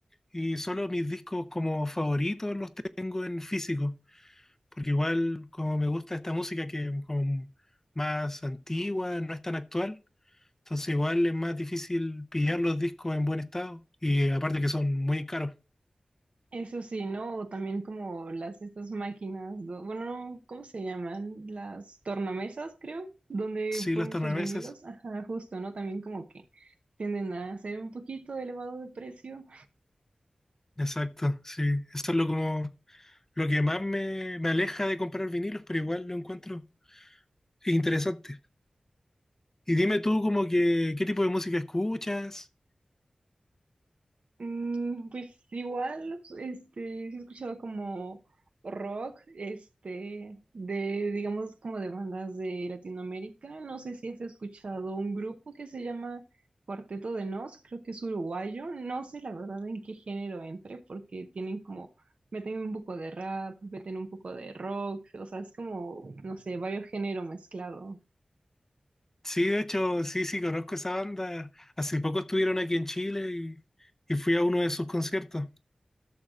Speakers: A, on the left (about 20°); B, on the right (about 65°).
A: y solo mis discos como favoritos los tengo en físico, porque igual como me gusta esta música que es como más antigua, no es tan actual, entonces igual es más difícil pillar los discos en buen estado, y aparte que son muy caros.
B: Eso sí, ¿no? O también como las estas máquinas, do- bueno, no, ¿cómo se llaman? Las tornamesas, creo, donde
A: Sí,
B: pones
A: los tornaveses.
B: los vinilos. Ajá, justo, ¿no? También como que tienden a ser un poquito elevado de precio.
A: Exacto, sí. Eso es lo como Lo que más me, me aleja de comprar vinilos, pero igual lo encuentro interesante. Y dime tú como que, ¿qué tipo de música escuchas?
B: Mm, pues igual, este, sí he escuchado como rock, este, de, digamos, como de bandas de Latinoamérica. No sé si has escuchado un grupo que se llama Cuarteto de Nos, creo que es uruguayo. No sé la verdad en qué género entre, porque tienen como, meten un poco de rap, meten un poco de rock, o sea, es como, no sé, varios géneros mezclados.
A: Sí, de hecho, sí, sí, conozco esa banda. Hace poco estuvieron aquí en Chile y, y fui a uno de sus conciertos.